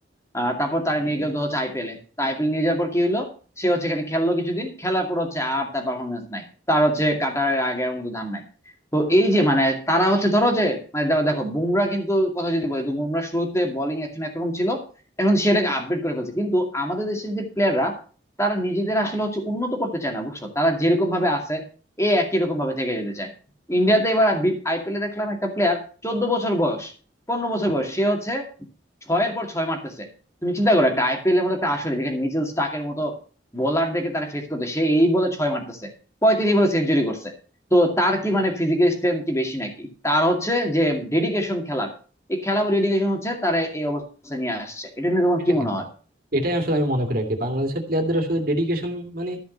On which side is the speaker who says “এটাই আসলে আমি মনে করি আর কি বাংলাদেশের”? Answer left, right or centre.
Right